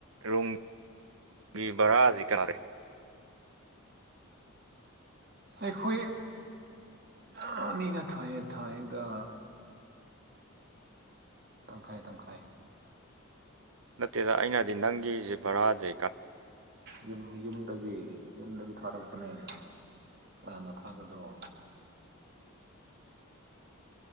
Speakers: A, on the right; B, on the right.
A: ꯔꯨꯝꯒꯤ ꯚꯔꯥꯁꯤ ꯀꯅꯥꯔ
B: ꯑꯩꯈꯣꯏ ꯌꯥꯅꯤꯅ ꯊꯥꯏꯌꯦ ꯊꯥꯏꯗ ꯇꯪꯈꯥꯏꯌꯦ ꯇꯪꯈꯥꯏꯌꯦ
A: ꯅꯠꯇꯦꯗ ꯑꯩꯅꯗꯤ ꯅꯪꯒꯤꯁꯦ ꯕꯔꯥꯁꯦ
B: ꯌꯨꯝ ꯌꯨꯝꯗꯒꯤ ꯌꯨꯝꯗꯒꯤ ꯊꯥꯔꯛꯄꯅꯦ ꯀꯅꯥꯅ ꯊꯥꯒꯗ꯭ꯔꯣ <inaudible>